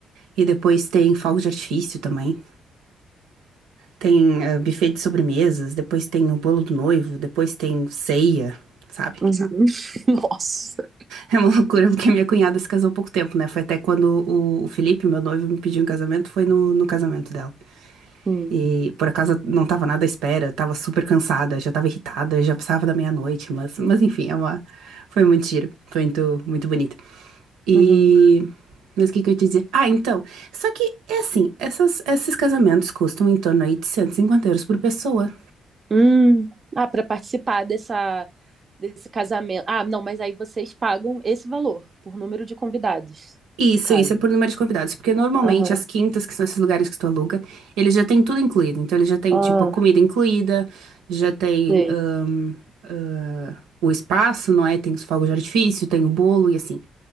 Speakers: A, on the right (about 80°); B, on the right (about 40°).
A: e depois tem fogos de artifício também. Tem ah, buffet de sobremesas, depois tem o bolo do noivo, depois tem ceia, sabe?
B: Uhum. <laughs> Nossa.
A: É uma <laughs> loucura, porque minha cunhada se casou há pouco tempo, né? Foi até quando o, o Felipe, meu noivo, me pediu em casamento, foi no, no casamento dela.
B: Sim.
A: E por acaso não tava nada à espera, tava super cansada, já tava irritada, já passava da meia-noite, mas, mas enfim, é uma, foi muito giro, foi muito, muito bonito. E.
B: Uhum.
A: Mas o que que eu ia te dizer? Ah, então. Só que é assim, essas, esses casamentos custam em torno aí de 150 euros por pessoa.
B: Hum. Ah, para participar dessa, desse casamento. Ah, não, mas aí vocês pagam esse valor por número de convidados,
A: Isso,
B: no caso.
A: isso é por número de convidados, porque normalmente
B: Aham.
A: as quintas, que são esses lugares que tu aluga, eles já têm tudo incluído. Então, eles já têm,
B: Ah,
A: tipo, a comida incluída, já tem
B: sei.
A: ahn, ah, o espaço, não é? Tem os fogos de artifício, tem o bolo e assim.